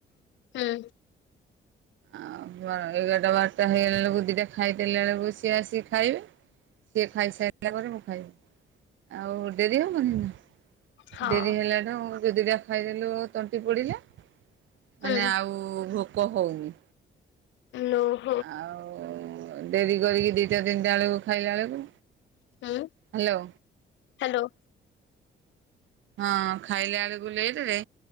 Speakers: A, on the left; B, on the right.
A: ହୁଁ
B: ଆଉ ଏଗାରଟା ବାରଟା ହେଇଗଲା ବେଳକୁ ଦିଇଟା ଖାଇଦେଲା ବେଳକୁ ସିଏ ଆସିକି ଖାଇବେ। ସିଏ ଖାଇସାରିଲା ପରେ ମୁଁ ଖାଇବି ଆଉ ଡେରି ହବନି ନା।
A: ହଁ
B: ଡେରି ହେଲାଠୁ ଦିଦି ଟା ଖାଇଦେଲୁ ତଣ୍ଟି ପୋଡ଼ିଲା
A: ହୁଁ
B: ମାନେ ଆଉ ଭୋକ ହଉନି।
A: ତ <unintelligible>
B: ଆଉ। ଓ ଡେରି କରିକି ଦିଟା ତିନିଟା ବେଳକୁ ଖାଇଲା ବେଳକୁ
A: ହୁଁ
B: ହେଲୋ।
A: ହ୍ୟାଲୋ।
B: ହଁ ଖାଇଲା ବେଳକୁ ଲେଟ ରେ